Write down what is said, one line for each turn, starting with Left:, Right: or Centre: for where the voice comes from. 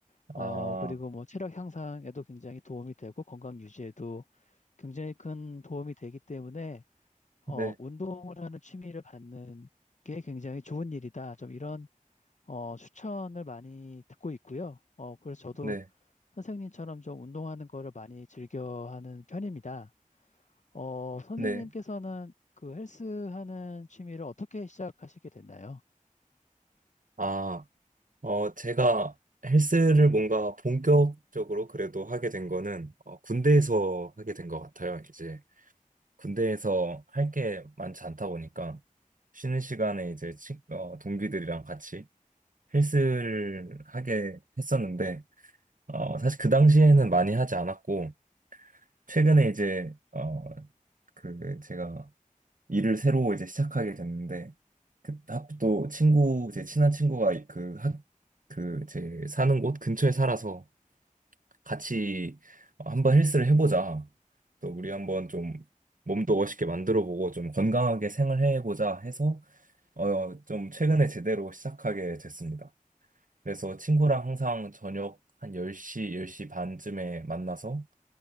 Left: 어,
Right: 아,
Left: 그리고 뭐 체력 향상에도 굉장히 도움이 되고 건강 유지에도 굉장히 큰 도움이 되기 때문에 어,
Right: 네,
Left: 운동을 하는 취미를 갖는 게 굉장히 좋은 일이다. 좀 이런 어, 추천을 많이 듣고 있고요. 어, 그래서 저도
Right: 네,
Left: 선생님처럼 좀 운동하는 거를 많이 즐겨하는 편입니다. 어, 선생님께서는
Right: 네.
Left: 그 헬스 하는 취미를 어떻게 시작하시게 됐나요?
Right: 아, 어, 제가 헬스를 뭔가 본격적으로 그래도 하게 된 거는, 어, 군대에서 하게 된 것 같아요, 이제. 군대에서 할 게 많지 않다 보니까, 쉬는 시간에 이제 친- 어, 동기들이랑 같이 헬스를 하게 했었는데, 어, 사실 그 당시에는 많이 하지 않았고, 최근에 이제 어그 그 제가 일을 새로 이제 시작하게 됐는데 그또 친구 제 친한 친구가 그학그제 사는 곳 근처에 살아서 같이 어, 한번 헬스를 해보자 또 우리 한번 좀 몸도 멋있게 만들어보고 좀 건강하게 생활해보자 해서 어 좀 최근에 제대로 시작하게 됐습니다. 그래서 친구랑 항상 저녁 한 10시, 10시 반쯤에 만나서